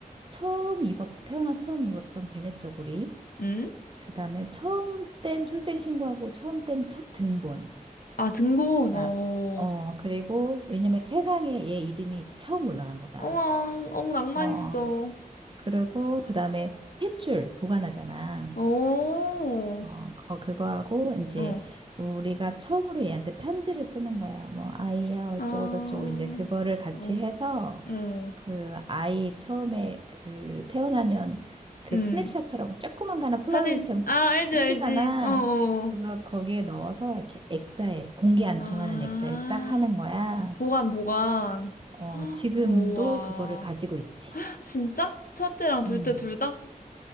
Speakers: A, on the right (about 35°); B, on the left (about 75°).
A: 처음 입었, 태어나서 처음 입었던 베넷 저고리.
B: 응? 응?
A: 그 다음에 처음 뗀 출생신고하고 처음 뗀 첫 등본.
B: 아, 등본.
A: 나-
B: 어.
A: 어, 그리고 왜냐면 세상에 얘 이름이 처음 올라간 거잖아.
B: 우왕, 엉, 낭만
A: 어,
B: 있어.
A: 그리고 그 다음에 탯줄 보관하잖아.
B: 오.
A: 어, 거- 그거하고, 이제,
B: 어.
A: 우리가 처음으로 얘한테 편지를 쓰는 거야. 뭐, 아이야, 어쩌고저쩌고,
B: 아.
A: 이제 그거를 같이
B: 어.
A: 해서,
B: 어,
A: 그, 아이 처음에 그, 태어나면 그
B: 음.
A: 스냅샷처럼, 조그만 거 하나 폴라로이드처럼
B: 사진. 아, 알지,
A: 해주잖아.
B: 알지. 어, 어.
A: 그거 거기에 넣어서, 이렇게 액자에, 공기 안
B: 아,
A: 통하는 액자에 딱 하는 거야.
B: 보관, 보관.
A: 어, 지금도
B: 우와.
A: 그거를 가지고 있지.
B: 진짜? 첫째랑 둘째
A: 음,
B: 둘 다?